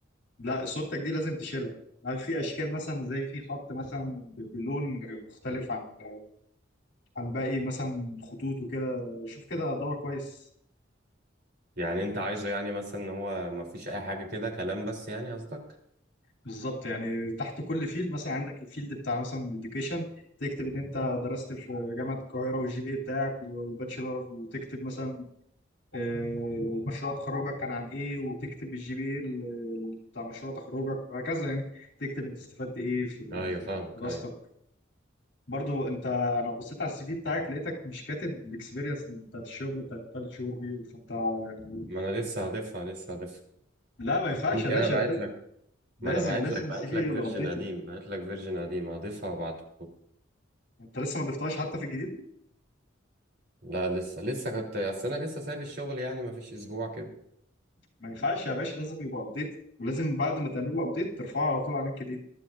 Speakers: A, on the left; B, on the right.
A: لا صورتك دي لازم تشيلها هل في اشكال مثلا زي في خط مثلا ب- بلون مختلف عن عن باقي مثلا خطوط وكده شوف كده دور كويس
B: يعني انت عايزه يعني مثلا ان هو ما فيش اي حاجة كده كلام بس يعني قصدك
A: بالظبط يعني تحت كل فيلد مثلا عندك الفيلد بتاع مثلا الاديوكيشن تكتب ان انت درست في جامعه القاهره والجي بي بتاعك وباتشلر وتكتب مثلا آه، مشروع تخرجك كان عن ايه وتكتب الجي بي بتاع مشروع تخرجك وهكذا يعني تكتب انت استفدت ايه في ال-
B: ايوه
A: في
B: فاهمك
A: في دراستك
B: ايوه
A: برضو انت انا بصيت على السي في بتاعك لقيتك مش كاتب الاكسبيرينس بتاعت الشغل بتاعت الثلاث شهور دي فانت يعني
B: ما انا لسه هضيفها لسه هضيفها
A: لا ما ينفعش
B: ممكن
A: يا باشا
B: انا بعت
A: لازم
B: لك
A: لازم
B: ما انا بعت
A: لازم
B: لك
A: السي
B: بعت
A: في
B: لك
A: يبقى
B: فيرجن
A: ابديتد
B: قديم بعت لك فيرجن قديم هضيفها وابعته
A: انت لسه ما ضفتهاش حتى في الجديد
B: لا لسه لسه كنت اصل انا لسه سايب الشغل يعني ما فيش اسبوع كده
A: ما ينفعش يا باشا لازم يبقى ابديت ولازم بعد ما تعمل له ابديت ترفعه على طول على لينكدين